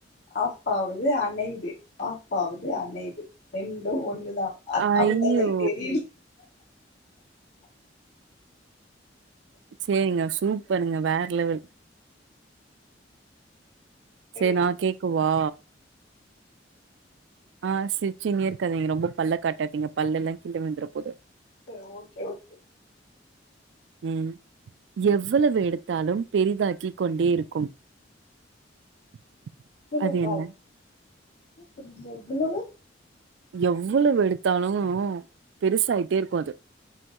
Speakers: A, on the left (about 60°); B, on the right (about 70°).
A: ஆஃப் ஆவுது அனையிது ஆஃப் ஆவுது அனையிது ரெண்டு ஒண்ணுதா அந்
B: ஐயோ
A: அந்த லைட் எரி
B: சேரிங்க சூப்பருங்க வேற லெவல்
A: சரி
B: சேர் நா கேக்கவா ஆ சிரிச்சின்னே இருக்காதீங்க ரொம்ப பல்ல காட்டாதீங்க பல்லெல்லா கிழ விழுந்துர போது
A: செரி ஓகே ஓகே
B: ம் எவ்ளவு
A: ம்
B: எடுத்தாலும் பெரிதாக்கி கொண்டே இருக்கும் <inaudible>
A: எவ்ளவாய்
B: அது என்ன
A: புரிலே எவ்ளவு
B: எவ்ளவு எடுத்தாலு பெருசாயிட்டே இருக்கு அது